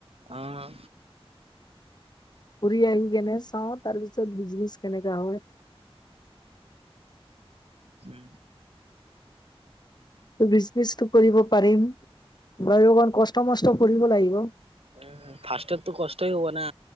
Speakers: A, on the right (about 70°); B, on the left (about 45°).
A: আহ।
B: পৰিয়াল কেনে চাওঁ তাৰ পিছত বিজনেচ কেনেকা হয়।
A: উম।
B: বিজনেচটো কৰিব পাৰিম, বাৰু অকমান কষ্ট মষ্ট কৰিব লাগিব।
A: উম ফাৰ্ষ্টাৰতো কষ্টই হ'ব না,